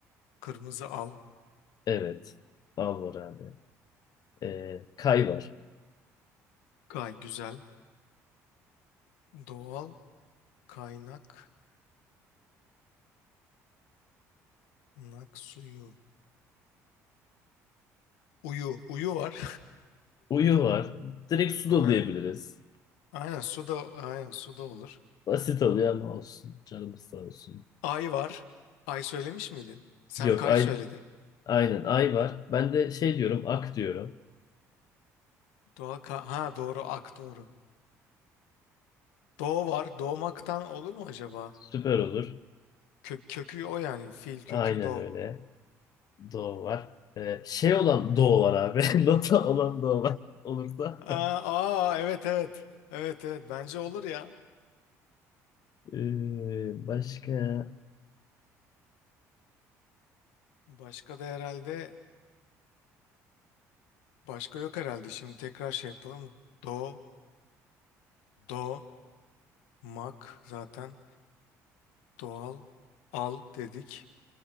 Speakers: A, on the left; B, on the left.
A: Kırmızı al.
B: Evet. Al var abi. Ee, kay var.
A: Gay güzel. Doğal kaynak nak suyu. Uyu. Uyu var.
B: Uyu var. Direkt su
A: <laughs>
B: da
A: Ha,
B: diyebiliriz.
A: Aynen su da aynen su da olur.
B: Basit oluyor ama olsun. Canımız sağ olsun.
A: Ay var. Ay söylemiş miydin? Sen
B: Yok
A: kay
B: ay,
A: söyledin.
B: aynen ay var. Ben de şey diyorum ak diyorum.
A: Doğa ka ha doğru ak doğru. Doğu var. Doğmaktan olur mu acaba?
B: Süper olur.
A: Kö kökü o yani. Fiil kökü
B: Aynen
A: doğu.
B: öyle. Doğu var. Ee, şey olan doğu var abi. <laughs> Nota olan doğu var. Olursa.
A: Aa,
B: <laughs>
A: aa evet evet. Evet evet bence olur ya.
B: Ee, başka.
A: Başka da herhalde başka yok herhalde. Şimdi tekrar şey yapalım. Do do mak zaten doğal al dedik.